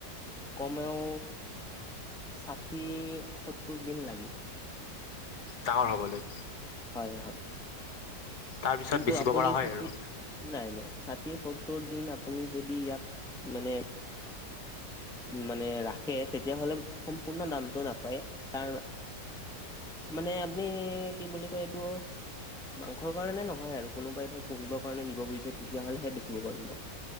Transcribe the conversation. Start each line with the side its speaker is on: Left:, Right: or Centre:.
Centre: কমেও ষাঠি সত্তৰ দিন লাগিব।
Left: ডাঙৰ হ'বলৈ।
Centre: হয় হয়।
Left: তাৰপিছত
Centre: কিন্তু
Left: বেচিব
Centre: আপুনি
Left: পৰা হয়
Centre: ষাঠি
Left: আৰু
Centre: নাই নাই ষাঠি সত্তৰ দিন আপুনি যদি ইয়াক মানে, মানে ৰাখে তেতিয়াহলে সম্পূৰ্ণ দামতটো নাপায় তাৰ, মানে আপুনি কি বুলি কয় এইটো মাংসৰ কাৰণে ন আৰু কোনোবাই ধৰ পুহিব কাৰণে নিব খুজিছে তেতিয়াহলেহে বেচিব পাৰিব